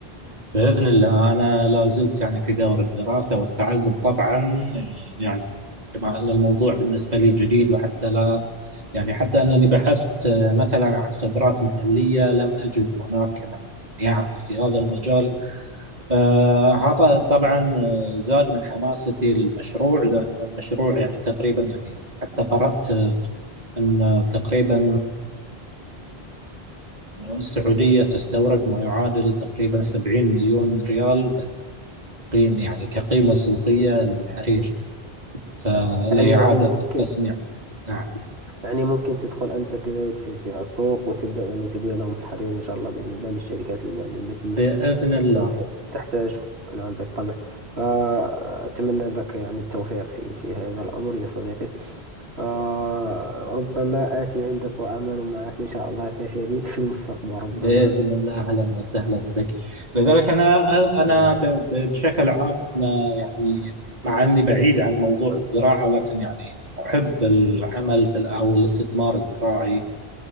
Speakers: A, on the right (about 40°); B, on the right (about 80°).
A: بإذن الله أنا لا زلت يعني في دور الدراسة والتعلم طبعا آه، يعني كما أن الموضوع بالنسبة لي جديد وحتى لا يعني حتى أنني بحثت آه، مثلا عن خبرات محلية لم أجد هناك من يعمل في هذا المجال آه، هذا طبعا آه، زاد من حماستي للمشروع لأن المشروع يعني تقريبا يعني حتى قرأت أن تقريبا السعودية تستورد ما يعادل تقريبا 70 مليون ريال من قيم يعني كقيمة سوقية للحرير فلإعادة
B: يعني يعني ممكن
A: التصنيع نعم
B: يعني ممكن تدخل أنت كذلك في في السوق وتبدأ يعني تبيع لهم الحرير إن شاء الله بإذن الله للشركات اللي يعني التي
A: بإذن الله
B: آه، تحتاجهم نعم بالطبع فأتمنى لك يعني التوفيق في في هذا الأمر يا صديقي فربما آتي عندك وأعمل معك إن شاء الله كشريك في المستقبل ربما
A: بإذن الله أهلا وسهلا بك لذلك أنا
B: الله
A: أنا
B: يبارك.
A: ب- ب- بشكل عام أنا يعني مع أني بعيد عن موضوع الزراعة ولكن يعني أحب العمل في ال- أو الاستثمار الزراعي